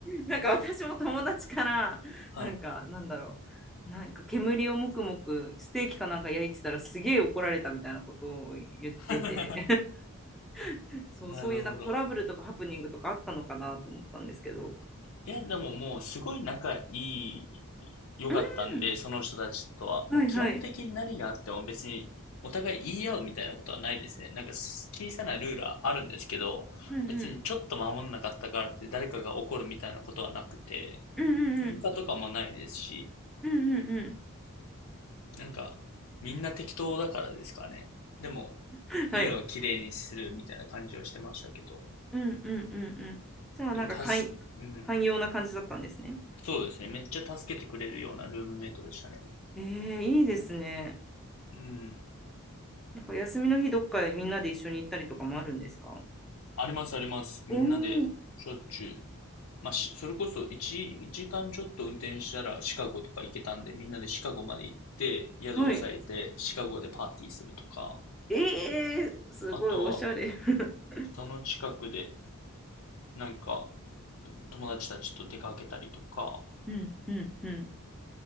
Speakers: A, in the centre; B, on the left.
A: なんか私も友達からなんかなんだろうなんか煙をもくもくステーキかなんか焼いてたらすげえ怒られたみたいなことを言ってて
B: はい。<laughs>
A: <laughs> そうそういうなんかトラブルとかハプニングとかあったのかなと思ったんですけど。
B: なるほど。いや、でももうすごい仲いい、良かったんで、
A: うん
B: その人たちとは。
A: はいはい。
B: もう基本的に何があっても別にお互い言い合うみたいなことはないですね。なんか小さなルールはあるんですけど、
A: うんうん
B: 別にちょっと守んなかったからって誰かが怒るみたいなことはなくて、
A: うんうん
B: 喧嘩とかもないですし、
A: うんうんうんうん
B: なんかみんな適当だからですかね。でも
A: うんはい。
B: 家をきれいにするみたいな感じはしてましたけど、
A: うんうんうんうん。じゃあなんか寛、
B: でもたす、うん。
A: 寛容な感じだったんですね。
B: そうですね。めっちゃ助けてくれるようなルームメイトでしたね。
A: えー、いいですね。
B: うん。
A: なんか休みの日どっかへみんなで一緒に行ったりとかもあるんですか
B: ありますあります。
A: おおー、
B: みんなでしょっちゅう。まあ、し、それこそ1時間ちょっと運転したらシカゴとか行けたんで、みんなでシカゴまで行って、宿を抑えて、
A: はい。
B: シカゴでパーティーするとか、
A: ええー、すごいおしゃれ。
B: あとは、
A: <laughs>
B: その近くで、なんか、友達たちと出かけたりとか、
A: うんうんうん。